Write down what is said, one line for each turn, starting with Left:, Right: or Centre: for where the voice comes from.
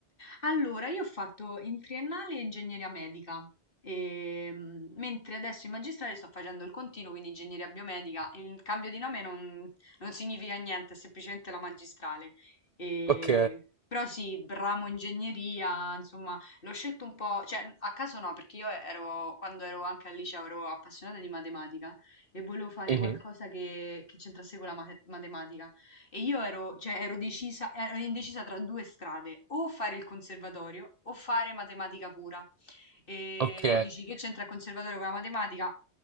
Left: Allora, io ho fatto in triennale ingegneria medica, ehm, mentre adesso in magistrale sto facendo il continuo, quindi ingegneria biomedica. Il cambio di nome non, non significa niente, è semplicemente la magistrale. E-
Right: Ok.
Left: Però sì, ramo ingegneria, insomma, l'ho scelto un po', cioè a caso no, perché io ero, quando ero anche al liceo ero appassionata di matematica e volevo fare
Right: Mhm,
Left: qualcosa che, che c'entrasse con la ma- matematica. E io ero, cioè, ero decisa, ero indecisa tra due strade, o fare il conservatorio o fare matematica pura. E
Right: Ok.
Left: tu dici che c'entra il conservatorio con la matematica?